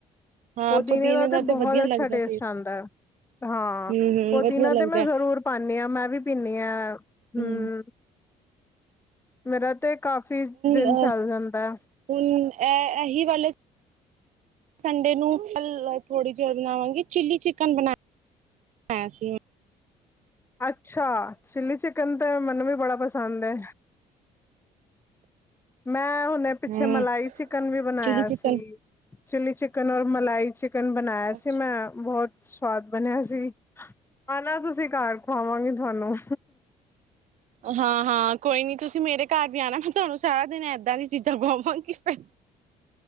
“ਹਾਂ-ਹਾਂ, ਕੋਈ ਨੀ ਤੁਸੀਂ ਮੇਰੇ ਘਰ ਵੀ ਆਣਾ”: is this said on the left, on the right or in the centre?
Right